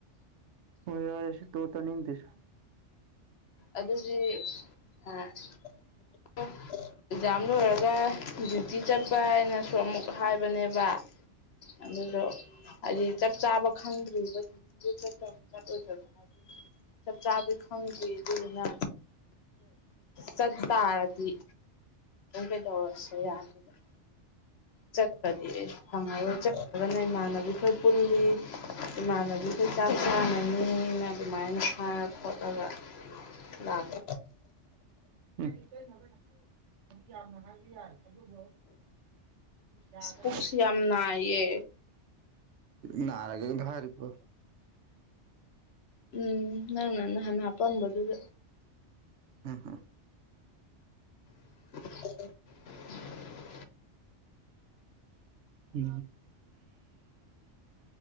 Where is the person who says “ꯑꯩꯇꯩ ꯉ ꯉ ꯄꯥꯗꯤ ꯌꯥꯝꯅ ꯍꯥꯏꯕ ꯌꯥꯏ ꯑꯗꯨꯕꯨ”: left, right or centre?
Right